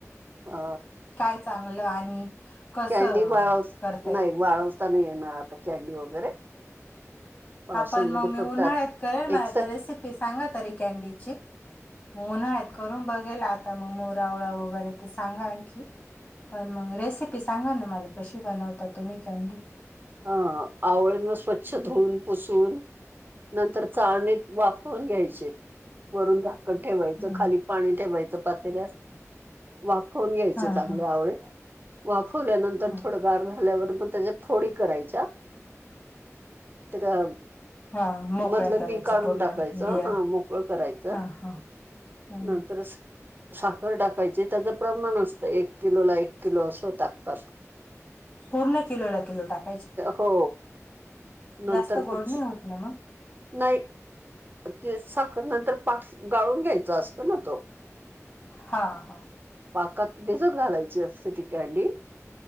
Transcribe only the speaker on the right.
अ
कॅनडी बाळव
नाही वाळवता नाही येणार आता कॅडी वगैरे, पावसामध्ये
फक्त
एकतर
हा आवळी म स्वच्छ धुऊन पुसून नंतर चाळणीत वा होन घ्यायचे वरून झाकण ठेवायचं
खाली पाणी ठेवायचं पातेल्यास. वाफवून घ्यायाचं
चांगल्या
आवळे वाफवल्यानंतर
थोडं गार झा झाल्यावर म त्याच्या फोडी करायच्या त्या
मधलं
बी काढून
टाकायचं
हा मोकळं करायचं.
नंतरच साखर टाकायची त्याचं प्रमाण असतं एक किलोला एक किलो असं टाकतात.
हो नंतर
मग
नाही ते साखर नंतर पाक गाळून घ्यायच असतं ना तो
पाकात भिजत घालायची असते ती कॅडी.